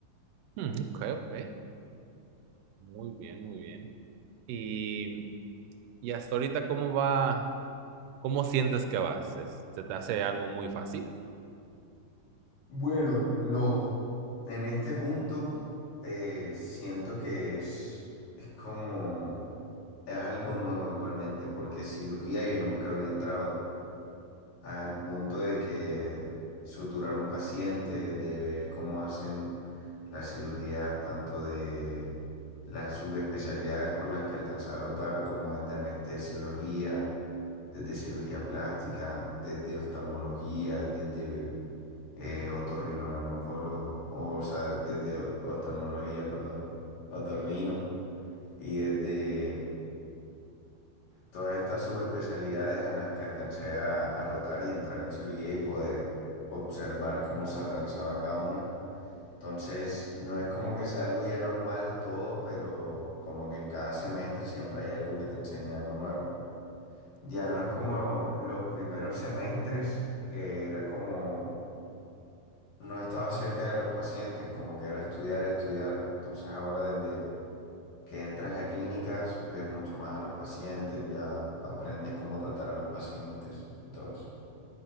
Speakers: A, on the right; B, on the left.
A: Mm, ok, ok. Muy bien, muy bien. Y, y hasta ahorita, ¿cómo va? ¿Cómo sientes que vas? ¿Es- ¿Se te hace algo muy fácil?
B: Bueno, no. En este punto eh, siento que es, es como, es algo nuevo igualmente, porque cirugía yo nunca había entrado. al punto de que suturar un paciente, de ver cómo hacen las cirugías, tanto de las subespecialidades por las que alcanza a rotar, como desde anestesiología, desde cirugía plástica, desde oftalmología, desde eh, otorrinolaringólogo, o, sea, desde oftalmología, perdón, otorrino, y desde todas estas subespecialidades a las que alcancé a, a rotar y entrar en cirugía y poder observar cómo se realizaba cada una. Entonces, no es como que sea algo ya normal todo, pero como que en cada semestre siempre hay algo que te enseña algo nuevo. Ya no es como
A: Ujú.
B: los primeros semestres, que era como no estaba cerca de los pacientes, como que era estudiar, estudiar. Entonces ahora desde que entras a clínicas, ves mucho más a los pacientes, ya aprendes cómo tratar a los pacientes y todo eso.